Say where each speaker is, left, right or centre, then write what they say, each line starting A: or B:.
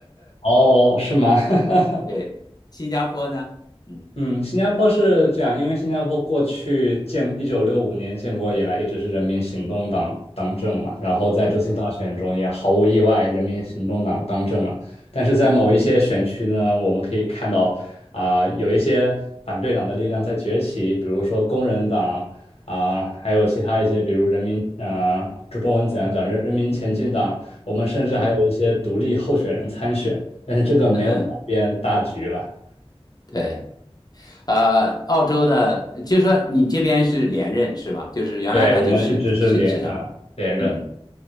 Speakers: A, on the left; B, on the left.
A: 哦，是吗？<laughs>
B: 对，新加坡呢，嗯
A: 嗯，新加坡是这样，因为新加坡过去建一九六五年建国以来，一直是人民行动党当政嘛，然后在这次大选中也毫无意外，
B: 对
A: 人民行动党当政了。但是在某一些选区呢，我们可以看到啊、有一些反对党的力量在崛起，比如说工人党啊、还有其他一些，比如人民啊、这中文怎样讲，人人民前进党，我们甚至还有一些独立候选人参选，
B: 嗯
A: 但是这个没有改变大局了。
B: 嗯对。呃，澳洲呢，就是说你这边是连任是吧？就是原来他就是执执政，
A: 对，我们一直是连啊连任，
B: 嗯，